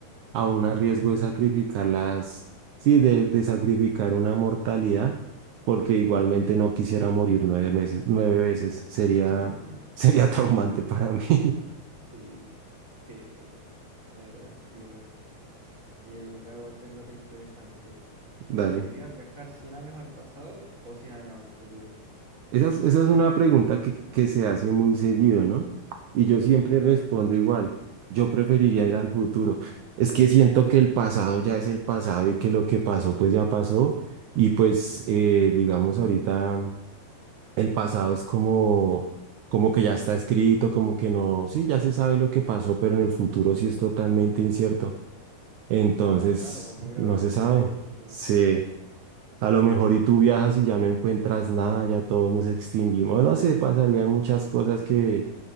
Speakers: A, on the right; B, on the right.
A: aún a riesgo de sacrificar las, sí, de, de sacrificar una mortalidad, porque igualmente no quisiera morir nueve meses, nueve veces. Sería,
B: <laughs>
A: <laughs> sería traumante para mí. <laughs>
B: Sí, sí, la verdad sí, weón. Mira, yo acá igual tengo otra interesante.
A: Dale.
B: ¿Preferirías viajar 100 años al pasado o 100 años al futuro?
A: Esa es, esa es una pregunta que, que se hace muy seguido, ¿no? Y yo
B: Sí,
A: siempre
B: la
A: respondo
B: verdad.
A: igual. Yo preferiría ir al futuro. Es que siento que el pasado ya es el pasado y que lo que pasó, pues ya pasó. Y pues, eh, digamos, ahorita. el pasado es como, como que ya está escrito, como que no, sí, ya se sabe lo que pasó, pero en el futuro sí es totalmente incierto. Entonces,
B: Ah, claro, como ir
A: no
B: a ver algo
A: se sabe.
B: nuevo, decís tú
A: Sí,
B: mejor.
A: a lo mejor y tú viajas y ya no encuentras nada, ya todos nos extinguimos, no sé, pasarían muchas cosas que,